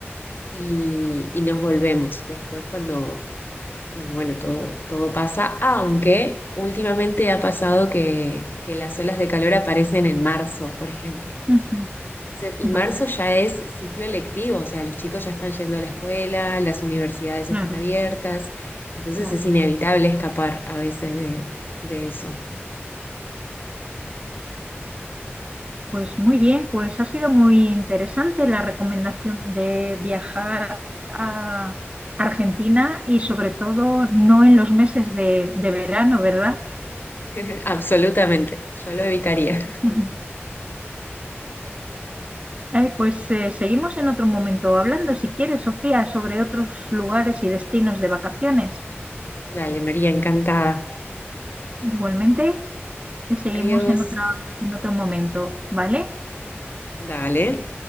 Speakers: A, on the left; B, on the right.
A: y, y nos volvemos después cuando, cuando bueno, todo, todo pasa, aunque últimamente ha pasado que, que las olas de calor aparecen en marzo, por ejemplo.
B: ujú,
A: Se- Y
B: Vale,
A: marzo ya es ciclo electivo, o sea, los chicos ya están yendo a la escuela, las universidades
B: claro,
A: están abiertas, entonces
B: claro.
A: es inevitable escapar a veces de, de eso.
B: Pues muy bien, pues ha sido muy interesante la recomendación de viajar a Argentina y sobre todo no en los meses de, de verano, ¿verdad?
A: <laughs> Absolutamente, yo lo evitaría.
B: <laughs> Eh, pues eh, seguimos en otro momento hablando, si quieres, Sofía, sobre otros lugares y destinos de vacaciones.
A: Dale, María, encantada.
B: Igualmente, seguimos
A: Adiós.
B: en otra, en otro momento, ¿vale?
A: Dale.